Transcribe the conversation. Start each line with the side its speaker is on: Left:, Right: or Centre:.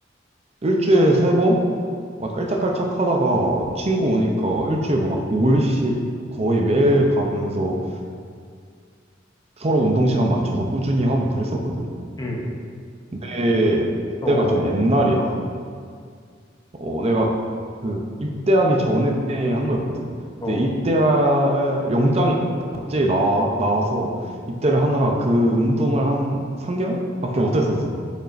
Right: 일주일에 세 번? 막 깔짝깔짝 하다가 친구 오니까 일주일 막 5일씩 거의 매일 가면서 서로 운동 시간 맞춰서 꾸준히 하고 그랬었거든.
Left: 음,
Right: 근데
Left: 어,
Right: 그때가
Left: 어,
Right: 좀 옛날이라 어, 내가 그 입대하기 전에 한 거였거든.
Left: 어,
Right: 근데 입대할 영장이 갑자기 나, 나와서 입대를 하느라 그 운동을 한 3개월밖에 못했었어.